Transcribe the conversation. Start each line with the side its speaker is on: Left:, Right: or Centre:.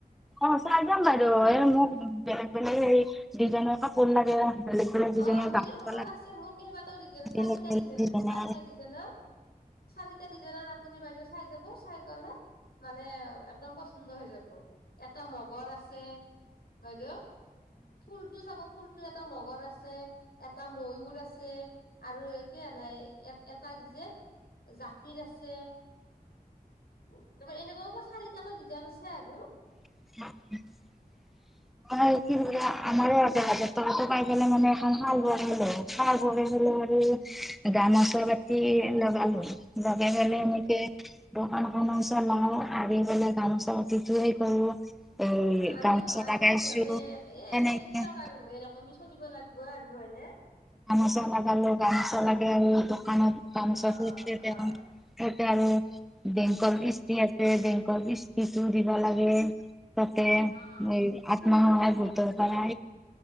Centre: অ', চাই যাম বাৰু এই মোক বেলেগ বেলেগ এই ডিজাইনৰ কাপোৰ লাগে বেলেগ বেলেগ ডিজাইনৰ
Left: অ', মই
Centre: গামচা
Left: মোৰ আছে মোৰ কেইবাটাও ডিজাই চাৰি
Centre: বেলেগ বেলেগ
Left: ডিজাইন
Centre: ডিজাইনৰ
Left: আছে চাৰিটা ডিজাইনত চাৰিটা ডিজাইন আপুনি বাইদেউ চাই যাব চাই গলে মানে একদম পচন্দ হৈ যাব এটা মগৰ আছে বাইদেউ ফুলতটো চাব ফুল টো এটা মগৰ আছে এটা ময়ুৰ আছে আৰু কি এ নাই এ এটা দিছে জাতিৰ আছে উ তাৰপ এনেকুৱা চাৰিটাকৈ ডিজাইন আছে আৰু
Centre: <unintelligible> মানে কি হল আাৰ হাজাৰ টকা <unintelligible> গামাছৰ বাতি লগালো লগই ফেলে
Left: উম
Centre: মক দোকানখননৰ <unintelligible> ওচ লও আহ পেলাই গামোচা অতিথয়ে কৰো এই
Left: অ', আমিও
Centre: গামোচা
Left: আমিও
Centre: লগাইছো
Left: সেই
Centre: তেনেকে
Left: একেই দিয়ক আৰু সকমি চলিব লাগিব আৰু হয়নে
Centre: গামোচা লাগাল
Left: উম
Centre: গামোচা লাগে আৰু দোকানত গামোচা
Left: অ
Centre: ফ
Left: অ
Centre: তেওঁ
Left: অ
Centre: আৰু বেংকৰ
Left: উম,
Centre: কিস্তি আছে বেংকৰ কিস্তিটো দিব লাগে তাতে
Left: অ
Centre: আত্মসহায়ক গোটৰ পৰা